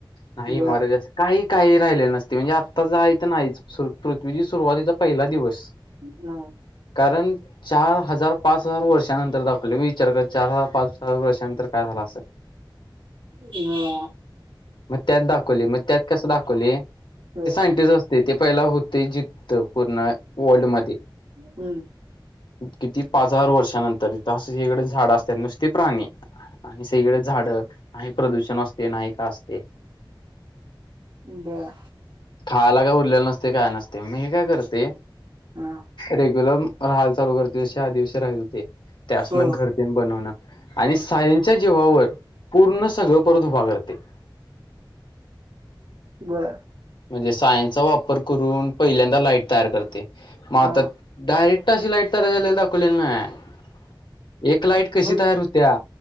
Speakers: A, on the left (about 70°); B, on the right (about 75°).
A: नाही
B: बर
A: मार काही काही राहिले नसते म्हणजे आत्ताच आहे तर नाहीच पृथ्वीची सुरुवातीचा पहिला दिवस
B: नाही
A: कारण चार हजार पाच हजार वर्षानंतर दाखवले मी विचार कर चार हजार पाच स वर्षानंतर काय झाला असल
B: ह
A: मग त्यात दाखवली मग त्यात कसं दाखवली
B: हा
A: ते
B: ह
A: सायंटिस्ट असते ते पहिला होते जिथत पूर्ण वर्ल्डमध्येध्ये
B: हम्म
A: किती पाच हजार वर्षानंतरथ असं इकडे झाड असतात नुसते प्राणी आणि सगळे झाड नाही प्रदूषण असते नाही का असते
B: बर
A: खायला काय उरलेलं नसते काय नसते मग हे काय करते
B: हां
A: रेग्युलर राहाल चालू करते ज आदिवशीी राहत होते त्या असना
B: हो
A: घरती बनवणं आणि सायंच्या जीवावर पूर्ण सगळं परत उभा करते
B: बर
A: म्हणजे सायनचा वापर करून पहिल्यांदा लाईट तयार करते मग आता
B: हा
A: डायरेक्ट अशी लाईट तयार झालेला दाखवलेली नाही एक लाईट कशी
B: म्हणजे
A: तयार होत्या